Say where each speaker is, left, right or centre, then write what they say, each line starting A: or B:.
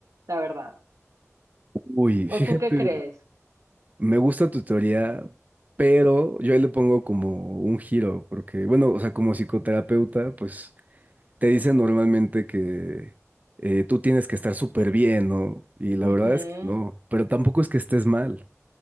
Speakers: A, on the right; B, on the right.
A: la verdad.
B: Uy,
A: ¿O
B: fíjate,
A: tú qué crees?
B: me gusta tu teoría, pero yo ahí le pongo como un giro, porque, bueno, o sea, como psicoterapeuta, pues te dicen normalmente que eh, tú tienes que estar súper bien, ¿no? Y la verdad
A: Ujú,
B: es que no, pero tampoco es que estés mal,